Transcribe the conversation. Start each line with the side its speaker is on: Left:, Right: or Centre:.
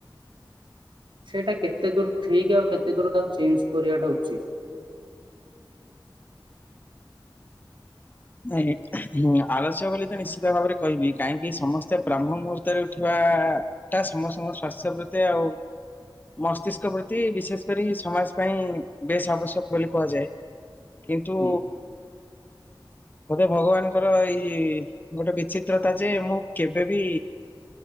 Right: ସେଇଟା କେତେ ଦୂର ଠିକ୍ ଆଉ କେତେ ଦୂର ତାକୁ ଚେଞ୍ଜ୍ କରିବାଟା ଉଚିତ୍।
Left: ନଁ ଆଲସ୍ୟ ବୋଲି ତ ନିଶ୍ଚିତ ଭାବରେ କହିବି କାହିଁକି ସମସ୍ତେ ବ୍ରହ୍ମ ମୁହୂର୍ତ୍ତରେ ଉଠିବା ଟା ସମସ୍ତଙ୍କ ସ୍ଵାସ୍ଥ୍ୟ ପ୍ରତି ଆଉ ମସ୍ତିଷ୍କ ପ୍ରତି ବିଶେଷ କରି ସମାଜ ପାଇଁ ବେଶ ଆବଶ୍ୟକ ବୋଲି କୁହାଯାଏ। କିନ୍ତୁ
Right: ହୁଁ
Left: ବୋଧେ ଭଗବାନଙ୍କର ଏଇ ଗୋଟେ ବିଚିତ୍ରତା ଯେ ମୁଁ କେବେବି